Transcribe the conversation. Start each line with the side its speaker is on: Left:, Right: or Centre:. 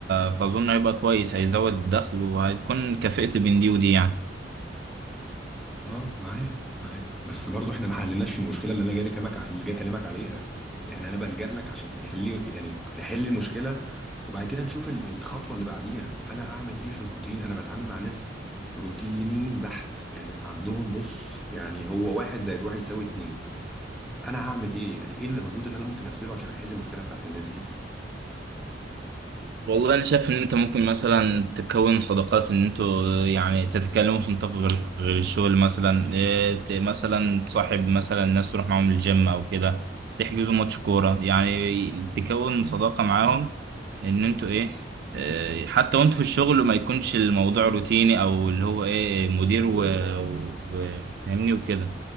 Right: فاظن هيبقى كويس هيزود الدخل وهتكون كفئت بين دي ودي يعني
Centre: اه معاك معاك بس برضو احنا ما حلناش المشكله اللي انا جاي لك اللي جاي اكلمك عليها يعني انا بلجأ لك عشان تحلي يعني نحل المشكله وبعد كده نشوف ال- الخطوه اللي بعديها انا اعمل ايه في الروتين انا بتعامل مع ناس روتينيين بحت يعني عندهم بص يعني هو واحد زائد واحد يساوي اتنين انا هعمل ايه يعني ايه المجهود اللي انا ممكن ابذله عشان احل المشكله بتاعت الناس دي
Right: والله انا شايف ان انت ممكن مثلا تكون صداقات ان انتوا يعني تتكلموا في نطاق غير غير الشغل مثلا إيه، ت- مثلا تصاحب مثلا ناس تروح معاهم الجيم او كده تحجزوا ماتش كوره يعني تكون صداقه معاهم ان انتوا ايه إيه، حتى وانتوا في الشغل ما يكونش الموضوع روتيني او اللي هو ايه مدير و و- و- فاهمني وكده